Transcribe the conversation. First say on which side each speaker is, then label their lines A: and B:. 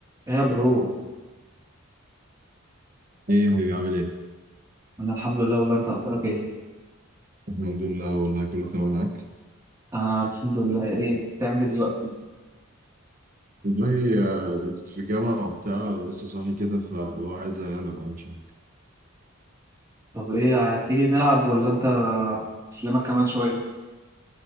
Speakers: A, on the right; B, on the right.
A: ايه يا برو
B: ايه يا حبيبي عامل ايه؟
A: انا الحمد لله والله انت اخبارك ايه
B: الحمد لله والله كله تمام معاك
A: انا الحمد لله ايه بتعمل إيه دلوقتي
B: والله آه، أنا كنت في الجامعة وبتاع ولسه صاحي كده فاللي هو عايز أنام، انا ما اعملش حاجة
A: طب ايه تيجي نلعب ولا انت اكلمك كمان شويه